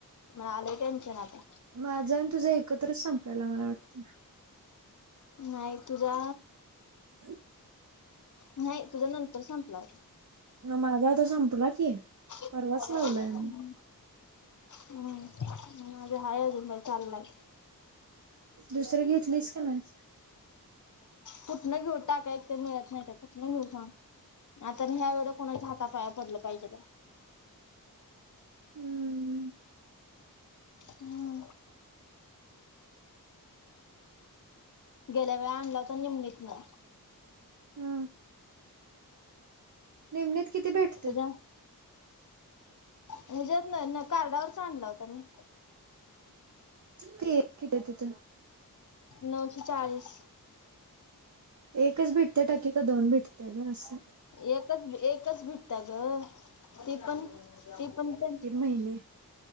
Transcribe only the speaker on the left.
मला आलय टेन्शन आता.
नाही तुझा
नाही तुझा नंतर संपला होता.
म
हम्म् माझा हाय अजून चाललाय.
कुठन घेऊ टाक्या एक तर मिळत नाही त्या कुठन घेऊ सांग आ तर ह्या वेळे कोणाच्या हात पाया पडल पाहिजे काय
हम्म गेल्या वेळ आणला होता निमलेत ना.
त्याच्या ह्याच्यात ना म्हणजे कार्डावरच आणला होता मी.
नऊशे चाळीस
एकच एकच भेटते ग ती पण ती पण त्यांची